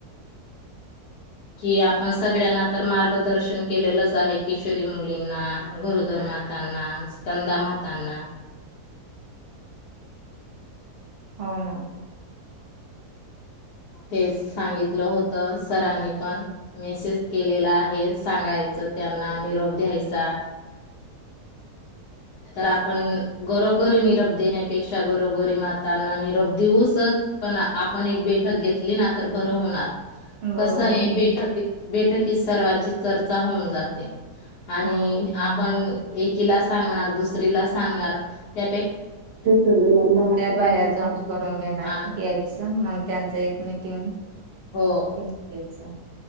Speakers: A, on the left; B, on the right.
A: कि आपण सगळ्यांना तर मार्गदर्शन केलेलंच आहे. किशोरी मुलींना गरोदर मातांना स्ंदामातांना.
B: हो ना.
A: ते सांगितलं होत, सरांनी पण मेसेज केलेला आहे. सांगायचं त्यांना निरोप द्यायचा. तर आपण घरोघरी निरोप देण्यापेक्षा, घरोघरी मातांना निरोप देऊसच, पण आपण एक बैठक घेतली ना तर बरं होणार.
B: बरं
A: कस आहे
B: हो ना
A: बैठक एक. बैठकीत सर्वांची चर्चा होऊन जाते. आणि
B: हो हम्म.
A: आपण एक. किला सांगणार. दुसरीला सांगणार त्या
B: ड्या बाहेर जाऊन करून घे नाही
A: हा
B: यायचं मग त्यांचं एक मिटिंग
A: हो
B: हम् <unintelligible> सात.